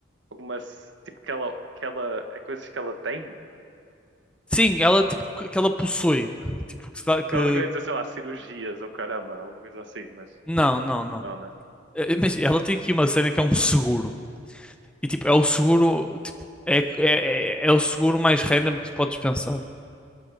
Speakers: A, on the right; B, in the centre.
A: Algumas, tipo, que ela, que ela, é coisas que ela tem?
B: Sim, ela, tipo, que que ela possui. Tipo, que, se dá- que...
A: Ela queria dizer, sei lá, cirurgias ou caramba, alguma coisa assim, mas
B: Não, não, não.
A: não, né?
B: Eh, Mas ela tem aqui uma cena que é um seguro. E tipo, é o seguro, tipo, é, é, é o seguro mais random que podes pensar.